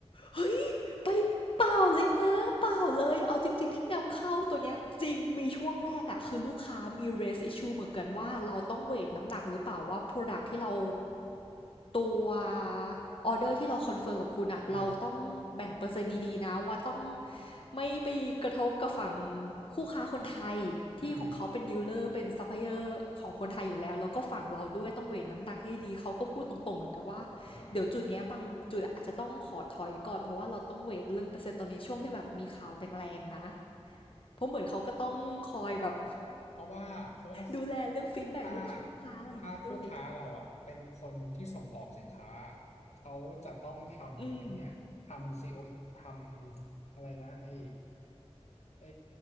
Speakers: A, on the left; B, on the left.
A: เฮ้ยไปเปล่าเลยนะเปล่าเลย เอาจริงๆที่นำเข้าตัวเนี้ยจริงมีช่วงแรกอะคือลูกค้ามี raise issue เหมือนกันว่าเราต้องเวทน้ำหนักหรือเปล่าว่า product ที่เราตัวออเดอร์ที่เราคอนเฟิร์มกับคุณอะเราต้องแบ่งเปอร์เซ็นต์ดีๆนะว่าต้อง
B: อ่า
A: ไม่ไปกระทบกับฝั่งคู่ค้าคนไทยที่ของเขาเป็นดีลเลอร์เป็นซัพพลายเออร์ของคนไทยอยู่แล้วแล้วก็ฝั่งเราด้วยต้องเวทน้ำหนักให้ดีเขาก็พูดตรงๆเหมือนกันว่า
B: อืม อ่า
A: เดี๋ยวจุดเนี้ยบางจุดอาจจะต้องขอถอยก่อนเพราะว่าเราต้องเวทเรื่องเปอร์เซ็นต์ตอนนี้ช่วงที่แบบมีข่าวแรงๆนะเพราะเหมือนเขาก็ต้องคอยแบบ
B: เพราะว่าเพราะว่า
A: ดูแลเรื่องฟีดแบ็กลูกค้าอะไรอย่างนี้ด้วย
B: ถ้าถ้าคู่ค้าเราอ่ะเป็นคนที่ส่งออกสินค้าเขาจะต้องทำไอ้เนี่ยทำซีโอท
A: อืม
B: ำอะไรนะไอ้ไอ้